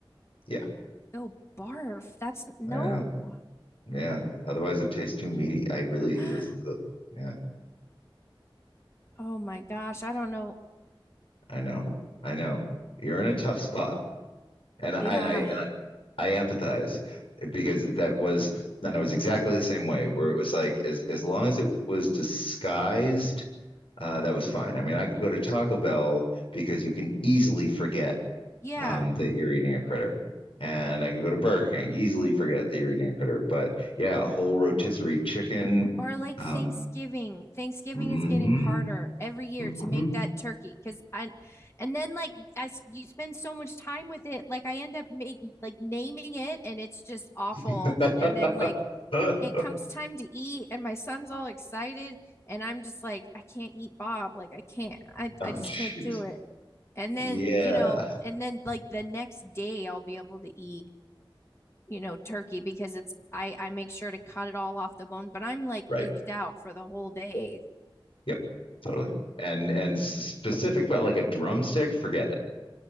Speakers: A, on the left; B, on the left.
A: Yeah,
B: Oh, barf. That's no.
A: I know. Yeah. Otherwise, it tastes too meaty. I really
B: <gasps>
A: it was. ugh. Yeah,
B: Oh my gosh, I don't know.
A: I know. I know. You're in a tough spot, and I
B: Yeah.
A: and I and I empathize because that was, and I was exactly the same way, where it was like, as as long as it was disguised, uh, that was fine. I mean, I could go to Taco Bell because you can easily forget
B: Yeah.
A: um, that you're eating a critter, and I could go to Burger King easily forget that you're eating a critter. But yeah, a whole rotisserie chicken.
B: Or like Thanksgiving.
A: Um,
B: Thanksgiving
A: mhm,
B: is getting harder every year
A: mhm.
B: to make that turkey because I, and then like I you spend so much time with it. Like I end up make like naming it and it's just awful.
A: <laughs>
B: And then like it comes time to eat and my son's all excited and I'm just like, I can't eat Bob. Like I can't, I,
A: Oh,
B: I just
A: jeez.
B: can't do it. And
A: Yeah.
B: then, you know, and then like the next day I'll be able to eat you know, turkey because it's I I make sure to cut it all off the bone, but I'm like
A: Right.
B: icked out for the whole day.
A: Yep, totally. And and specific, but like a drumstick, forget it.